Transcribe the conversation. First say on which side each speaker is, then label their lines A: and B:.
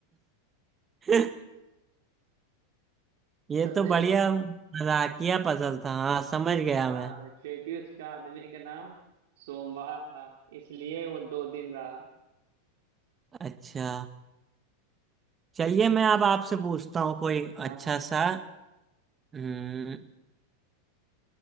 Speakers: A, on the right; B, on the right.
A: <laughs> ये
B: समझे
A: तो बढ़िया मजाकिया पजल था हाँ समझ गया
B: हाँ
A: मैं
B: क्योंकि उसका आदमी का नाम सोमवार था इसलिए वो दो दिन रहा
A: अच्छा चलिए मैं अब आपसे पूछता हूँ कोई
B: हाँ
A: अच्छा सा हम्म